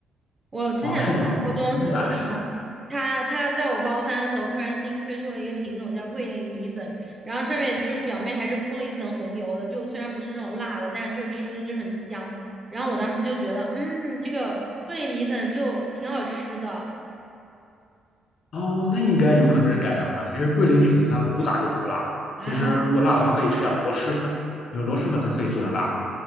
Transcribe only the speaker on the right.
我之前的高中食堂，
他他在我高三的时候突然新推出了一个品种叫桂林米粉，然后上面就是表面还是铺了一层红油的，就虽然不是那种辣的，但就是吃着就很香。然后我当时就觉得，嗯，这个桂林米粉就挺好吃的
啊，